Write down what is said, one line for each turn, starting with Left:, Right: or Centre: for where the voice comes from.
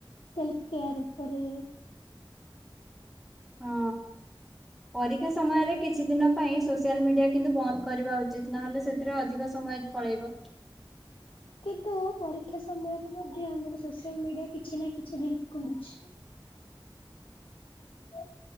Left: ସେଲ୍ଫ୍ କେୟାର୍ ଉପରେ।
Centre: ହଁ ପରୀକ୍ଷା ସମୟରେ କିଛି ଦିନ ପାଇଁ ସୋସିଆଲ ମିଡିଆ କିନ୍ତୁ ବନ୍ଦ କରିବା ଉଚିତ। ନହେଲେ ସେଥିରେ ଅଧିକ ସମୟ ପଳେଇବ।
Left: କିନ୍ତୁ ପରୀକ୍ଷା ସମୟରେ ମଧ୍ୟ ଆମକୁ ସୋସିଆଲ ମିଡିଆ କିଛି ନା କିଛି ହେଲ୍ପ କରୁଛି। ବ